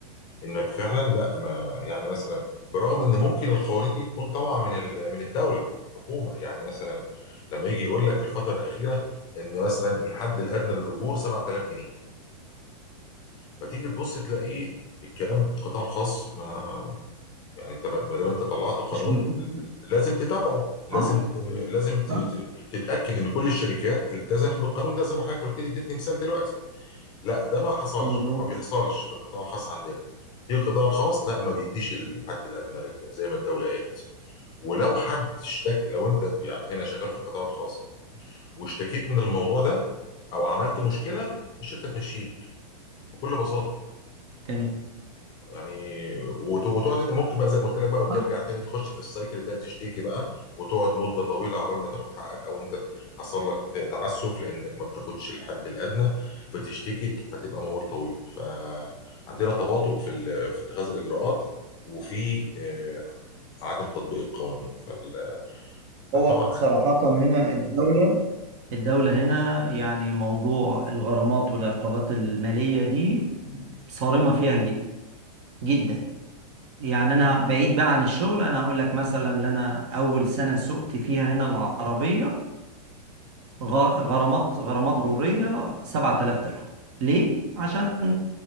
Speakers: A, on the left (about 20°); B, on the right (about 45°).
A: انك فعلا لا ما يعني مثلا برغم ان ممكن القوانين دي تكون طالعه من ال- من الدوله الحكومه يعني مثلا لما يجي يقول لك في الفتره الاخيره ان مثلا الحد الادنى للاجور 7000 جنيه فتيجي تبص تلاقيه الكلام القطاع الخاص ما يعني انت ما دام انت طلعت قانون
B: مش مظبوط
A: لازم تتابعه لازم
B: اه
A: لازم ت-
B: آه،
A: ت- تتاكد ان كل الشركات التزمت بالقانون ده زي ما حضرتك قلت لي اديتني مثال دلوقتي لا ده ما حصلش
B: مظبوط
A: او ما بيحصلش في القطاع الخاص عندنا في القطاع الخاص لا ما بيديش الحد الادنى لل- زي ما الدوله قالت ولو حد اشتك لو انت يعني هنا شغال في القطاع الخاص واشتكيت من الموضوع ده او عملت مشكله الشركه تمشيك بكل بساطه
B: تمام
A: يعني وت- وتقعد انت ممكن بقى زي ما قلت لك بقى وترجع
B: آه،
A: تاني تخش في السايكل ده تشتكي بقى وتقعد مده طويله عقبال ما تاخد حقك او انت حصل لك تعسف لانك ما بتاخدش الحد الادنى فتشتكي فتبقى موال طويل فعندنا تباطؤ في ال- في اتخاذ الاجراءات وفي آه، عدم تطبيق القوانين فال- فطبعا
B: هو صراحة هنا الدولة الدولة هنا يعني موضوع الغرامات والعقوبات المالية دي صارمة فيها جدا جدا يعني أنا بعيد بقى عن الشغل أنا هقول لك مثلا إن أنا أول سنة سوقت فيها هنا العربية غ- غرامات غرامات مرورية 7000 درهم ليه؟ عشان